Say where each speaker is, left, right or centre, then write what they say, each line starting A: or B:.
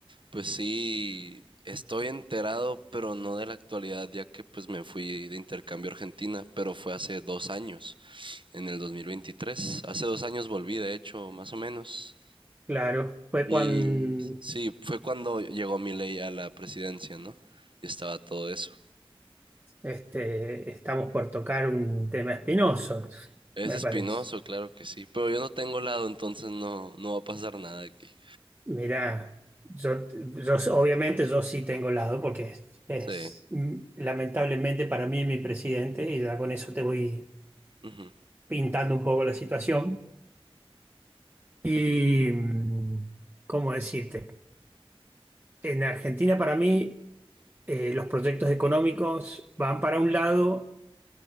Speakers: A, on the right (about 55°); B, on the right (about 20°).
A: Pues sí, estoy enterado, pero no de la actualidad, ya que pues me fui de intercambio a Argentina, pero fue hace dos años, en el 2023. Hace dos años volví, de hecho, más o menos.
B: Claro, fue
A: Y
B: cuando
A: sí, fue cuando llegó Milei a la presidencia, ¿no? Y estaba todo eso.
B: este, estamos por tocar un tema espinoso,
A: Es
B: me
A: espinoso,
B: parece.
A: claro que sí, pero yo no tengo lado, entonces no, no va a pasar nada aquí.
B: Mirá, yo, yo obviamente yo sí tengo lado porque es, es,
A: Sí,
B: mm, lamentablemente para mí mi presidente y ya con eso te voy
A: ujú,
B: pintando un poco la situación. Y, mm, ¿cómo decirte? En Argentina, para mí, eh, los proyectos económicos van para un lado,